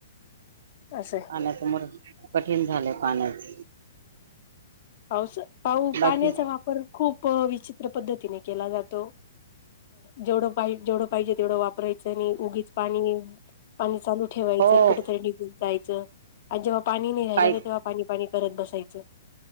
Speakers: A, on the left; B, on the right.
A: आहे. असं
B: पाण्यासमोर कठीण झालंय पाण्यास
A: हस पाऊ
B: बाकी
A: पाण्याचा वापर खूप विचित्र पद्धतीने केला जातो जेवढ जेवढं पाहिजे तेवढं वापरायचं आणि उगीच पाणी पाणी चालू ठेवायचं
B: हो
A: कुठेतरी निघून जायचं अज बा पाणी नाही राहिलाग
B: काही
A: तेव्हा पाणी पाणी करत बसायचं